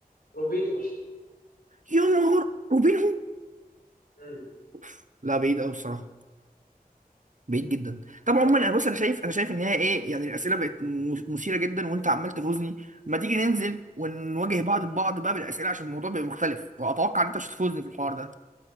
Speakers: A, on the left; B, on the right.
A: روبينيو
B: يا نهار وبينهم
A: أمم،
B: أوف. لا بعيد قوي الصراحه بعيد جدا طب
A: عارف
B: عموما انا بص
A: يعني.
B: انا شايف انا شايف ان هي ايه يعني الاسئله بقت م- مثيره جدا وانت عمال تفوزني ما تيجي ننزل ونواجه بعض ببعض بقى بالاسئله عشان الموضوع بيبقى مختلف واتوقع ان انت مش هتفوزني في الحوار ده